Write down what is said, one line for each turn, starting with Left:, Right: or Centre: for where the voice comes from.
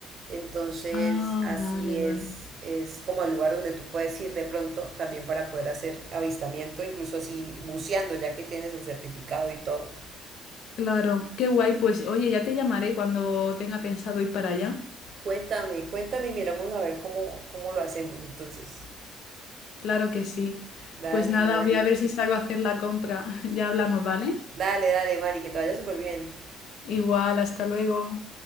Right: Entonces,
Left: ah,
Right: así
Left: vale,
Right: es,
Left: vale.
Right: es como al lugar donde tú puedes ir de pronto también para poder hacer avistamiento, incluso así buceando, ya que tienes el certificado y todo.
Left: Claro, qué guay. Pues oye, ya te llamaré cuando tenga pensado ir para allá.
Right: Cuéntame, cuéntame y miramos a ver cómo, cómo lo hacemos entonces.
Left: Claro que sí.
Right: Dale,
Left: Pues nada,
Right: Mari.
Left: voy a ver si salgo a hacer la compra. <laughs> Ya hablamos, ¿vale?
Right: Dale, dale, Mari, que te vaya súper bien.
Left: Igual, hasta luego.